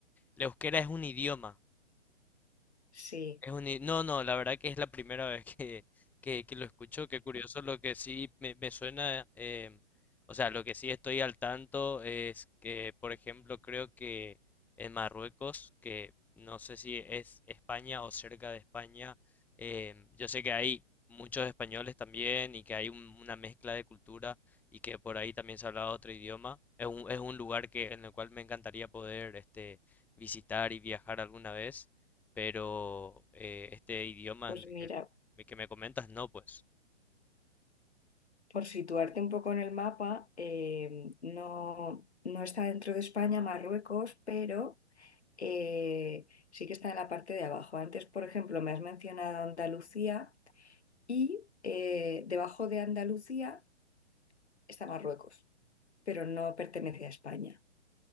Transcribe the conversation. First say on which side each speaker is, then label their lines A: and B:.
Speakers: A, in the centre; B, on the left (about 70°).
A: ¿La euskera es un idioma?
B: Sí,
A: Es un... i- No, no, la verdad que es la primera vez que, que, que lo escucho. Qué curioso, lo que sí me, me suena, em, o sea, lo que sí estoy al tanto es que, por ejemplo, creo que en Marruecos, que no sé si es España o cerca de España, em, yo sé que hay muchos españoles también y que hay un- una mezcla de cultura y que por ahí también se habla otro idioma. Es un, es un lugar que, en el cual me encantaría poder este, visitar y viajar alguna vez pero eh, este idioma
B: pues
A: en-
B: mira.
A: el que me comentas, no, pues.
B: Por situarte un poco en el mapa, eh, no, no está dentro de España, Marruecos, pero eh, sí que está en la parte de abajo. Antes, por ejemplo, me has mencionado Andalucía y eh, debajo de Andalucía está Marruecos, pero no pertenece a España.